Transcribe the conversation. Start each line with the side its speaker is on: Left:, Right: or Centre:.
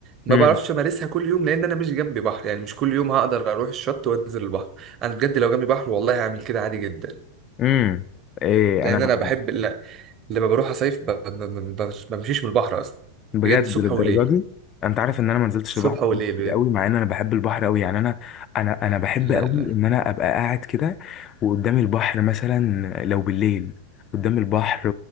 Right: ما
Left: امم
Right: بعرفش امارسها كل يوم لان انا مش جنبي بحر يعني مش كل يوم هقدر اروح الشط وانزل البحر انا بجد لو جنبي بحر والله هعمل كده عادي جدا
Left: امم ايه
Right: لان
Left: انا
Right: انا بحب لا لما بروح اصيف ب- ب- ب- ما بمشيش من البحر اصلا
Left: بجد
Right: بجد صبح
Left: للدرجة
Right: وليل
Left: دي انت عارف ان انا ما نزلتش
Right: صبح
Left: البحر
Right: وليل بجد
Left: كتير قوي مع ان انا بحب البحر قوي يعني انا انا انا بحب
Right: لا
Left: قوي ان
Right: لا
Left: انا ابقى قاعد كده وقدامي البحر مثلا لو بالليل قدام البحر